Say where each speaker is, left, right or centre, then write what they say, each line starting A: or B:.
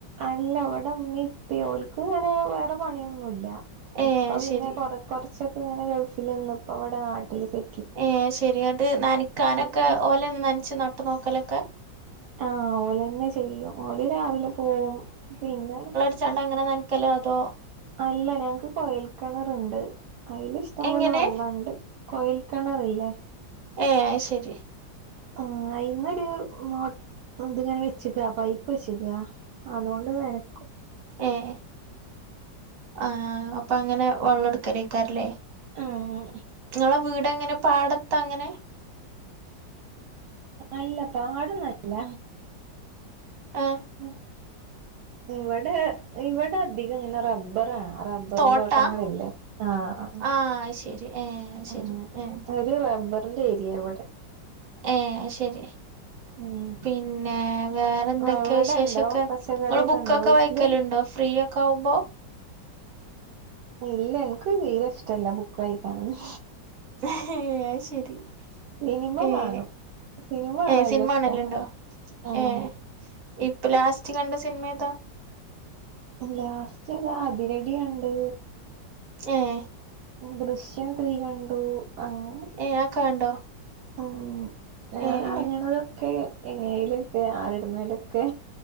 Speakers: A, on the right; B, on the right.
A: അല്ല ഇവടെ ഇമീംപ്പീ ഓൽക്ക് ങ്ങനെ വേറെ പണിയൊന്നുംല്ല
B: ഏ
A: ഇപ്പ പിന്നെ
B: ശരി
A: കൊറ കൊർച്ചക്കെ ഇങ്ങനെ ഗൾഫിൽ ന്ന് പ്പ വടെ നാട്ടിൽ സെ
B: ഏഹ് ശരി ങ്ങട്ട് നൻക്കാനൊക്കെ
A: ഇങ്ങനെ
B: ഓലെന്നെ നൻച്ച് നട്ട് നോക്കലക്കെ?
A: ആഹ് ഓലന്നെ ചെയ്യും ഓൽ രാവിലെ പോവും പിന്നെ.
B: ച്ചാണ്ട് അങ്ങനെ നൻക്കലോ അതോ?
A: അല്ല ഞങ്ങക്ക് കൊയൽക്കണർണ്ട് അയ്ൽ ഇഷ്ടംപോലെ
B: എങ്ങനെ
A: വള്ളണ്ട്. കൊയൽ കിണർല്ലേ?
B: ഏഹ് അഹ്ശരി
A: ആഹ് അയിന്നൊരു മോ ഇത്ങ്ങനെ വെച്ചക്ക പൈപ്പ് ച്ചക്കാ. അതോണ്ട് നനക്കും
B: ഏഹ് ആഹ് അപ്പ ങ്ങനെ വള്ളം എട് കരക്കാരല്ലേ
A: ഉം
B: ങ്ങളെ വീടങ്ങനെ പാട ത്തങ്ങനെ
A: അല്ല പാടന്നല്ല
B: ആഹ്
A: ഉം ഇവടെ ഇവടെ അധികങ്ങനെ റബ്ബറാ റ ബറുംന്തോട്ടങ്ങള്ല്ലേ
B: തോട്ടാ
A: ആഹ് അഹ്
B: ആ ശരി ഏ ശരി
A: ആഹ്
B: ഏ
A: ആഹ് ഒരു റബർന്റെ ഏരിയ ഇവടെ.
B: ഏഹ് അഹ്ശരി
A: ഉം
B: പിന്നെ വേറെ എന്തൊക്കെ
A: അവിടെണ്ടോ
B: വിശേഷ ഒക്കെ
A: പച്ചക്കറിയൊക്കെ
B: ങ്ങൾ ബുക്കൊക്കെ
A: ഉണ്ടോ വീട്ടില്
B: വായിക്കല്ണ്ടോ? ഫ്രീയക്ക ആവുമ്പോ?
A: ഇല്ല ഇൻക്ക് തീരേ ഇഷ്ടല്ല ബുക്ക് വായിക്കാനൊന്ന്
B: ഏഹ് അഹ്ശെരി
A: സിനിമ
B: ഏഹ്
A: കാണും സിനിമ കാണാൻ
B: ഏഹ്
A: നല്ല
B: സിൻമ
A: ഇഷ്ടാ
B: ആണല്ണ്ടോ?
A: ഉം
B: ഏഹ് ഇപ്പ ലാസ്റ്റ് കണ്ട സിൻമേതാ?
A: ലാസ്റ്റ് ഏതാ അതിരഡി കണ്ട്
B: ഏഹ്
A: ദൃശ്യം ത്രീ കണ്ടു അങ്ങനെ
B: ഏഹ് അഹക്ക കണ്ടോ?
A: ആഹ് ഞാൻ
B: ഏഹ്
A: എറങ്ങണതൊക്കെ എങ്ങനെലൊക്കെ ആരെടുന്നലൊക്കെ